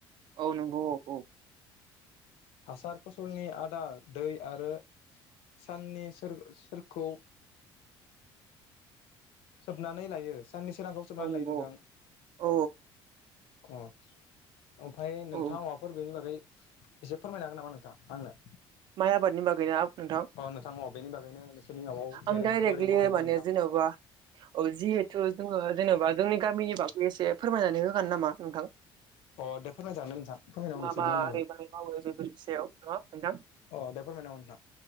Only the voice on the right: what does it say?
औ नंगौ औ औ
औ नंगौ
औ
औ
माय आबादनि बागैना नोंथां
आं डाइरेक्लि
माने
जेनेबा अजि जिहेथु जोङो जेन'बा जोंनि गामिनि बाबै एसे फोरमायनानै होगोन नामा नोंथां?
मा
मा
ओरै
मै मावो बेफोर बि सायाव ना मोनथां